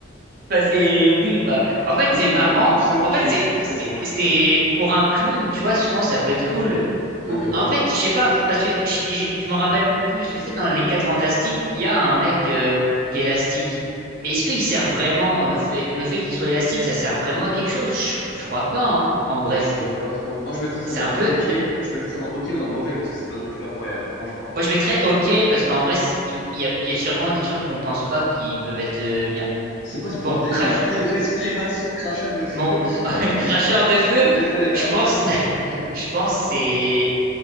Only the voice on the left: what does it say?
Ou,
ou,
ou- ou c'est ok,
c'est c'est
drôle.
Ouais,
mais bon,
euh,
Ouais,
je sais même pas trop. Moi, je mettrais ça
dans
hockey. Je mettrais ça dans hockey ou dans mauvais parce que c'est pas non plus incroyable, franchement.
C'est quoi ce bordel
là? <laughs> Respiration, crachat de feu.
<laughs>
Bon, on n'est pas des dragons.
<laughs>